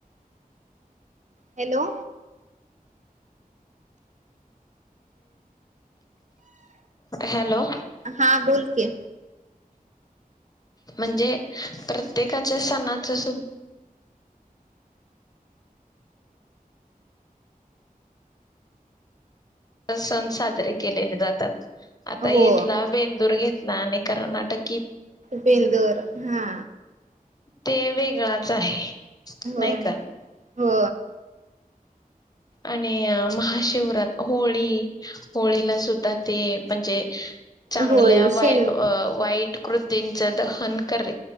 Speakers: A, on the right; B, on the left.
A: हॅलो
B: हॅलो
A: हा बोल की.
B: म्हणजे परत प्रत्येकाच्या सणाचं सुद सण साजरे केलेले जातात. आता
A: हो
B: इथला बेंदूर घेत नानी कर्नाटक
A: बेंदूर हा
B: ते वेगळाच आहे.
A: होय
B: नाही का
A: हो
B: आणि महाशिवरात, होळी होळीला सुद्धा ते म्हणजे चांगल्या
A: होळी शेण
B: वाय वाईट कृतींच द फन करि